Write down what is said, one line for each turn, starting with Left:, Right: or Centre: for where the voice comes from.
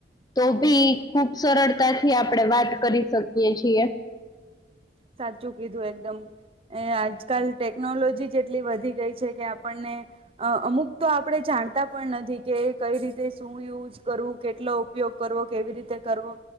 Left: તો ભી ખુબ સરળતા થી આપણે વાત કરી શકીએ છીએ
Right: સાચું કીધું એકદમ એ આજકાલ ટેકનોલોજી જ એટલી વધી ગઈ છે કે આપણને અમુક તો આપણેે જા જાણતા પણ નથી કે કઈ રીતે શું યુઝ કરવું કેટલો ઉપયોગ કરવો કેવી રીતે કરવો